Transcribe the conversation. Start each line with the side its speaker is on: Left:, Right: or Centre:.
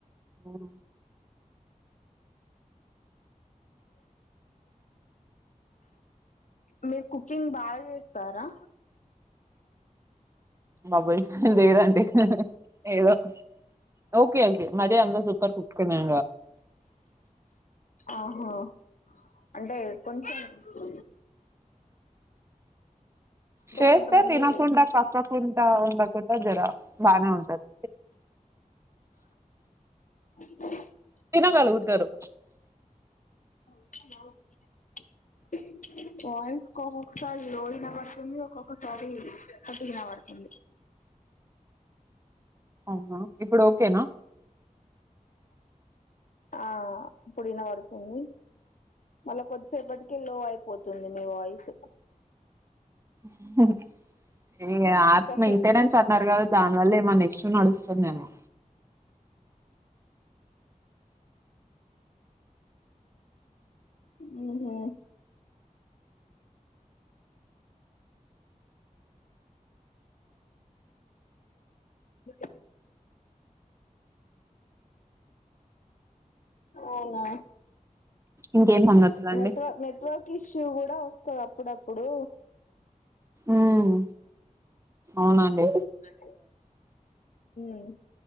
Right: ఉమ్
Left: మీరు కుకింగ్ బాగా చేస్తారా
Right: బాబోయ్ లేదండి ఏదో ఓకే ఓకే మరి అంతా సూపర్ కుక్న్నా
Left: ఆహా అంటే కొంచెం హూ
Right: చేస్తే
Left: కొంతమంది
Right: తినకుండా పక్కకుంట ఉండకుండా జర బాగానే ఉంటది
Left: గూ
Right: థినగాలుగితారు
Left: అ <unintelligible> వాయిస్ కో ఒకాకసారి లో ఇనాబాడా ఉమ్ ఒక్కొక్కసారి పదుగిన పడుతుంది
Right: అవునా ఇప్పుడు ఓకేనా
Left: ఆ ఇపుడు వీనాపడుతుంది మళ్ళా కొద్దిసేపటికి లో అయిపోతుంది మీ వాయిస్
Right: హు హు ఏ ఆత్మ
Left: ఇంకా సిగ్గు
Right: ఇతేడని అన్నారు కదా దానివల్ల ఏమో నెక్స్ట్ నడుస్తుందేమో
Left: ఉహుమ్ చు అవునా
Right: ఇంకేం సంగతులండి
Left: నెట్వర్ నెట్వర్క్ ఇష్యూ కూడా వ స్థాధి అప్పుడప్పుడు
Right: ఉమ్ అవునాండి
Left: అండీ ఉమ్